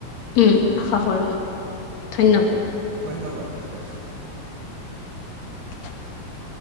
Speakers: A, on the left (about 50°); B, on the right (about 65°).
A: উম, আশা কৰোঁ, ধন্যবাদ।
B: ধন্যবাদ, ঠিক আছে।
A: উম। <unintelligible>